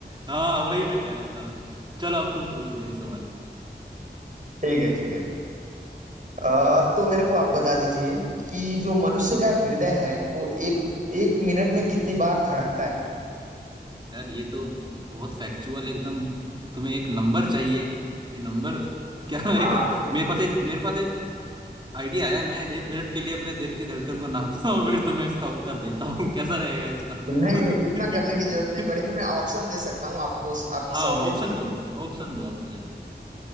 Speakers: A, on the right; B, on the right.
A: हाँ वही मैं कह रहा था चलो अब तुम पूछो कोई एक सवाल
B: ठीक है ठीक है अ, तो मेरे को आप बता दीजिए कि जो मनुष्य का हृदय है वो एक एक मिनट में कितनी बार धड़कता है
A: यार ये तो बहुत फैक्चुअल एकदम तुम्हें एक नंबर चाहिए ये नंबर क्या <laughs> एक
B: हाँ बिल्कुल
A: मेरे पास एक मेरे पास एक आइडिया आया मैं एक मिनट के लिए अपने दिल की धड़कन को नापता हूँ फिर तुम्हें इसका उत्तर देता हूँ <laughs> कैसा रहेगा इसका
B: नहीं
A: <laughs>
B: नहीं इतना करने की जरूरत नहीं पड़ेगी मैं ऑप्शन दे सकता हूँ आपको आपकी
A: हाँ
B: सहूलियत
A: ऑप्शन
B: के
A: दो
B: लिए
A: ऑप्शन दो आप मुझे